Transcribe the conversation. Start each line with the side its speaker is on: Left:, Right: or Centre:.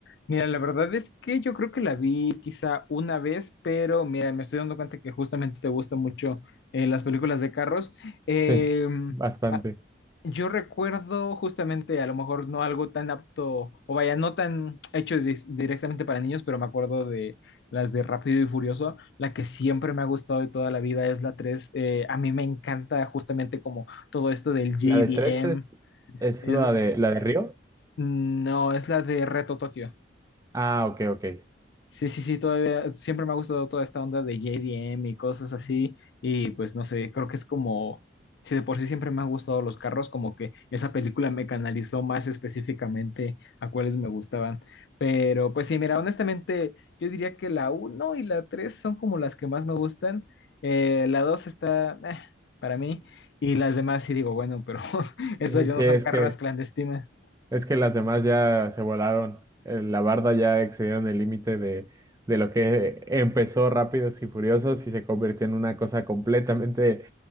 Left: Mira, la verdad es que yo creo que la vi quizá una vez, pero mira, me estoy dando cuenta que justamente te gustan mucho eh, las películas de carros. Em,
Right: Sí, bastante.
Left: ah, yo recuerdo justamente, a lo mejor no algo tan apto, o vaya, no tan hecho dis- directamente para niños, pero me acuerdo de las de Rápido y Furioso. La que siempre me ha gustado de toda la vida es la 3. Eh, a mí me encanta justamente como todo esto del JDM.
Right: La de tres es, es
Left: Es,
Right: la de la de Río.
Left: no, es la de Reto Tokio.
Right: Ah, ok, ok.
Left: Sí, sí, sí, todavía siempre me ha gustado toda esta onda de J D M y cosas así. Y pues no sé, creo que es como, si de por sí siempre me han gustado los carros, como que esa película me canalizó más específicamente a cuáles me gustaban. Pero pues sí, mira, honestamente, yo diría que la uno y la 3 son como las que más me gustan. Eh, la 2 está eh, para mí y las demás sí digo, bueno, pero <laughs> estas
Right: Sí,
Left: ya
Right: sí,
Left: no
Right: es
Left: son carreras
Right: que
Left: clandestinas.
Right: es que las demás ya se volaron. Eh, La barda ya excedieron el límite de, de lo que empezó Rápidos y Furiosos y se convirtió en una cosa completamente